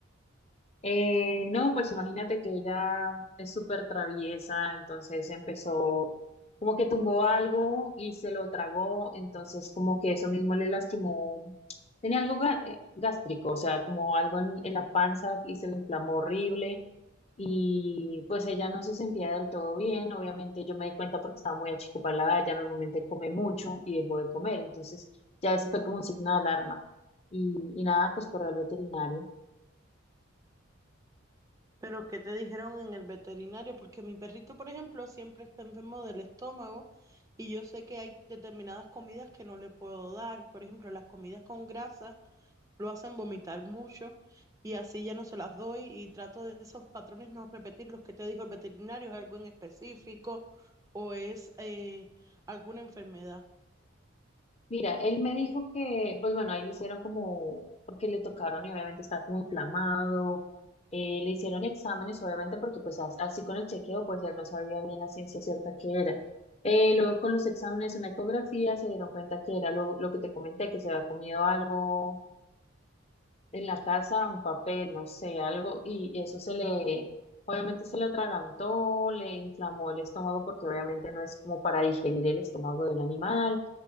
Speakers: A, on the left; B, on the right.
A: Eh, no, pues imagínate que ella es súper traviesa, entonces empezó como que tumbó algo y se lo tragó, entonces como que eso mismo le lastimó. Tenía algo ga- eh, gástrico, o sea, como algo en, en la panza y se le inflamó horrible. Y pues ella no se sentía del todo bien, obviamente yo me di cuenta porque estaba muy achicopalada, ella normalmente come mucho y dejó de comer, entonces ya ese fue como un signo de alarma. Y, y nada, pues corrió al veterinario.
B: Pero qué te dijeron en el veterinario, porque mi perrito, por ejemplo, siempre está enfermo del estómago y yo sé que hay determinadas comidas que no le puedo dar, por ejemplo, las comidas con grasa. lo hacen vomitar mucho y así ya no se las doy y trato de esos patrones no repetir los que te dijo el veterinario, es algo en específico o es eh, alguna enfermedad.
A: Mira, él me dijo que, pues bueno, ahí le hicieron como, porque le tocaron y obviamente estaba como inflamado, eh, le hicieron exámenes obviamente porque pues as- así con el chequeo pues él no sabía bien la ciencia cierta que era. Eh, luego con los exámenes, una ecografía, se dieron cuenta que era lo, lo que te comenté, que se había comido algo en la casa un papel, no sé, algo, y eso se le, obviamente se le atragantó, le inflamó el estómago porque obviamente no es como para digerir el estómago de un animal.